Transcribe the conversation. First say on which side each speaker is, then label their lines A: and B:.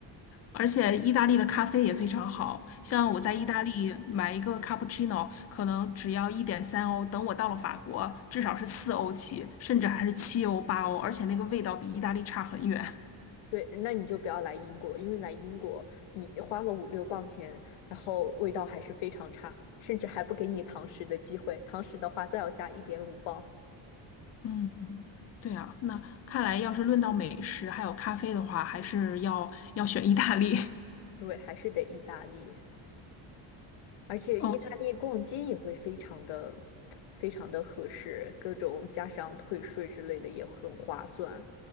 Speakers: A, on the left; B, on the left.
A: 而且意大利的咖啡也非常好，像我在意大利买一个 cappuccino，可能只要一点三欧，等我到了法国，至少是四欧起，甚至还是七欧、八欧，而且那个味道比意大利差很远。
B: 对，那你就不要来英国，因为来英国你花了五六磅钱，然后味道还是非常差，甚至还不给你堂食的机会。堂食的话，再要加一点五磅。
A: <laughs> 嗯，对啊，那看来要是论到美食还有咖啡的话，还是要要选意大利。<laughs>
B: 对，还是得意大利，而且意大利逛街也会非常的、
A: 嗯，
B: 非常的合适，各种加上退税之类的也很划算。